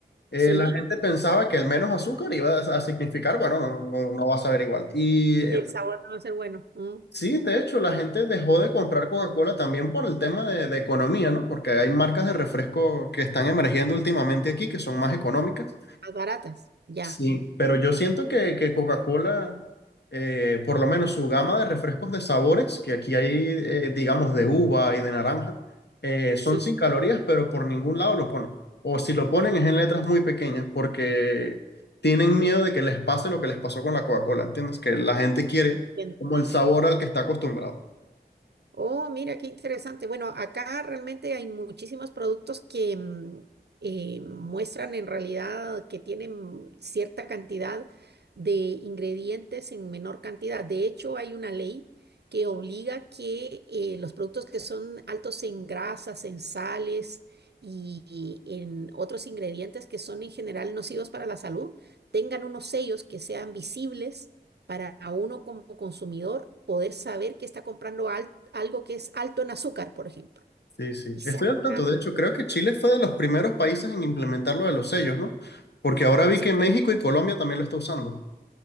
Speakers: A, on the left; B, on the right.
A: eh,
B: sí,
A: la gente pensaba que el menos azúcar iba a, a significar, bueno, no, no, no va a saber igual. Y eh,
B: el sabor no va a ser bueno. mm,
A: sí, de hecho, la gente dejó de comprar Coca-Cola también por el tema de, de economía, ¿no? Porque hay marcas de refresco que están emergiendo últimamente aquí, que son más económicas.
B: más baratas, ya,
A: Sí, pero yo siento que, que Coca-Cola, eh, por lo menos su gama de refrescos de sabores, que aquí hay, eh, digamos, de uva y de naranja, eh, son
B: sí.
A: sin calorías, pero por ningún lado lo ponen. O si lo ponen es en letras muy pequeñas, porque tienen miedo de que les pase lo que les pasó con la Coca-Cola, ¿entiendes? Que la gente quiere
B: entiendo.
A: como el sabor al que está acostumbrado.
B: Oh, mira, qué interesante. Bueno, acá realmente hay muchísimos productos que mm, eh, muestran en realidad que tienen cierta cantidad de ingredientes en menor cantidad. De hecho, hay una ley que obliga que eh, los productos que son altos en grasas, en sales y en otros ingredientes que son en general nocivos para la salud, tengan unos sellos que sean visibles para uno como consumidor poder saber que está comprando al- algo que es alto en azúcar, por ejemplo.
A: Sí, sí.
B: Y sale
A: Estoy al
B: una
A: tanto. De
B: cuestión,
A: hecho, creo que Chile fue de los primeros países en implementar lo de los sellos, ¿no? Porque ahora vi
B: sí,
A: que México y Colombia también lo está usando.